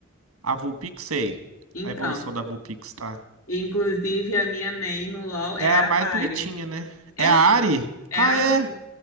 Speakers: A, on the right; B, on the left.
A: a Vulpixei.
B: Então,
A: A evolução da Vulpix, tá?
B: inclusive a minha main no LoL é
A: É
B: a
A: a mais
B: Ari.
A: bonitinha, né?
B: É,
A: É a Ari?
B: é
A: Ah,
B: a
A: é.
B: Ari.